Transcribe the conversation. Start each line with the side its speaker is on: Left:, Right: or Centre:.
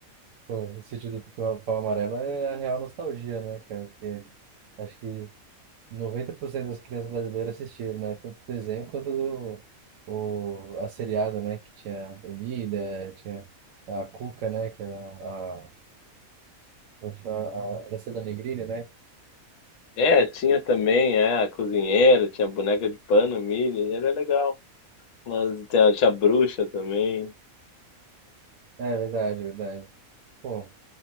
Right: Pô, o sítio do Pica-Pau Amarelo é a real nostalgia, né, cara? Porque acho que 90% das crianças brasileiras assistiram, né? Tanto o desenho quanto do, o, a seriada, né? Que tinha Emília, tinha a Cuca, né? Que era a, como é que chama? a Alessandra Negrini, né?
Left: É, tinha também, é, a cozinheira, tinha a boneca de pano, Millie, era legal. Mas tinha, tinha a bruxa também.
Right: É verdade, verdade. Pô,